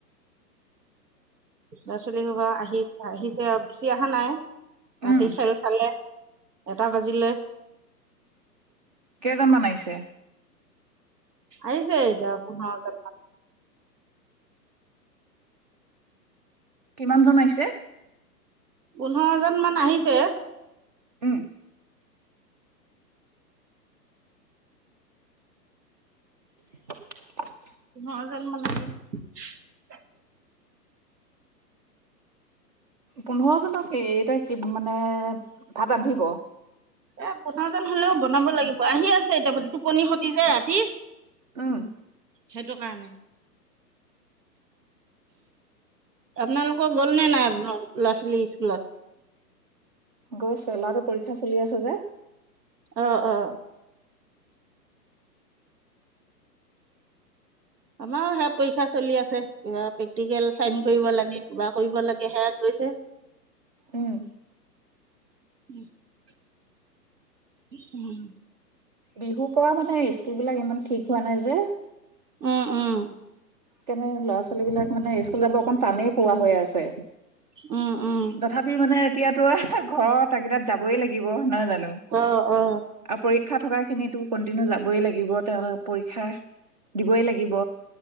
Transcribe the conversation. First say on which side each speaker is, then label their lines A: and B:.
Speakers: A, on the right; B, on the right.
A: ল'ৰা ছোৱালীসোপা আহি আহিছে বেছি অহা নাই ৰাতি
B: উম,
A: চেলফালে এটা বাজিলে।
B: কেইজনমান আহিছে?
A: আহিছে দহ পোন্ধৰ জন মান।
B: কিমান জন আহিছে?
A: পোন্ধৰ জন মান আহিছে।
B: উম। <inaudible>
A: <unintelligible>
B: পোন্ধৰজনকে এই তাই মানে ভাত? বান্ধিব।
A: এ, পোন্ধৰজন হলেও বনাব লাগিব, আহি আছে এতিয়া টোপনি খটি যে ৰাতি।
B: উম।
A: সেইটো কাৰণে, আপোনালোকৰ গ'লনে নাই ল'ৰা-ছোৱালী স্কুলত?
B: গৈছে, ল'ৰাটোৰ পৰীক্ষা চলি আছে যে।
A: অ', অ'। আমাৰো সেয়া পৰীক্ষা চলি আছে, কিবা প্ৰেক্টিকেল চাইন কৰিব লাগে কিবা কৰিব লাগে সেয়া কৰিছে।
B: উম।
A: <inaudible> <inaudible>
B: বিহুৰ পৰা মানে স্কুল বিলাক ইমান ঠিক হোৱা নাই যে।
A: উম, উম।
B: কেনে, ল'ৰা ছোৱালী বিলাক মানে স্কুলত ব অকন টানেই পোৱা হৈ আছে।
A: উম উম
B: তথাপি মানে এতিয়াতো আৰু ঘৰৰ তাগীদাত যাবৈ লাগিব। <unintelligible>
A: অ অ
B: শিক্ষা থকা খিনিটো কন্টিনিউ যাবই লাগিব, তেওঁ পৰীক্ষা দিবই লাগিব।